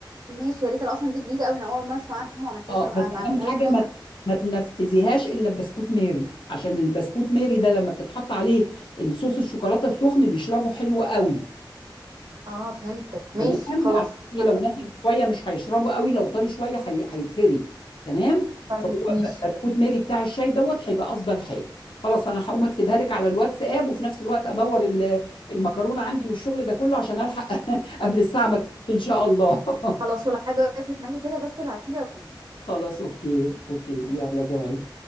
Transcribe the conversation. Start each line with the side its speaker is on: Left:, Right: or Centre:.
Right: ماشي يا ريت أنا اصلا دي جديده قوي انا اول مره اسمع عنها وما عملتهاش
Left: اه
Right: عن-
Left: بس
Right: ما عملتهاش
Left: اهم حاجه
Right: يوم
Left: ما ما تنفذيهاش الا ببسكوت ماري عشان البسكوت ماري ده لما بتتحط عليه الصوص الشوكولاته السخن بيشربه حلو قوي
Right: اه فهمتك ماشي
Left: تمام
Right: خلاص
Left: عشان إيه
Right: هعملها
Left: لو ناشف
Right: بيه
Left: شويه مش هيشربه قوي لو طري شويه هي- هيتهري تمام
Right: طيب
Left: فهو
Right: ماشي
Left: ب- بسكوت ماري بتاع الشاي دوت هيبقى افضل حاجه خلاص انا هقوم اكتبها لك على الواتساب وفي نفس الوقت ادور ال- المكرونه عندي والشغل ده كله عشان الحق <laughs> قبل الساعه ما تكون ان شاء الله <laughs>
Right: خلاص ولا حاجه قفلت معاكي كده بس ابعتيلي او كلميني
Left: خلاص اوكي اوكي
Right: ماشي
Left: يلا باي